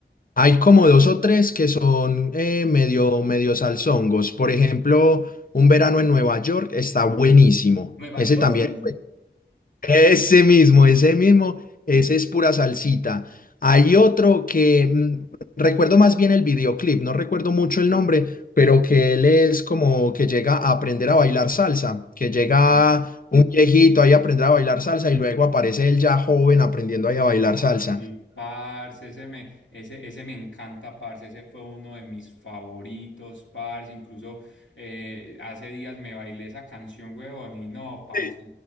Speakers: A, on the left (about 50°); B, on the left (about 85°).
A: Hay como dos o tres que son eh, medio, medio salsongos. Por ejemplo, Un verano en Nueva York está buenísimo.
B: Nueva
A: Ese
B: York.
A: también, pues, ese mismo, ese mismo, ese es pura salsita. Hay otro que mm, recuerdo más bien el videoclip, no recuerdo mucho el nombre, pero que él es como que llega a aprender a bailar salsa, que llega
B: Sí.
A: un viejito ahí a aprender a bailar salsa y luego aparece él ya joven aprendiendo ahí a bailar
B: Ay,
A: salsa.
B: parce, ese me, ese, ese me encanta, parce, ese fue uno de mis favoritos, parce, incluso eh, hace días me bailé esa canción, weón, y no, parce,
A: Sí.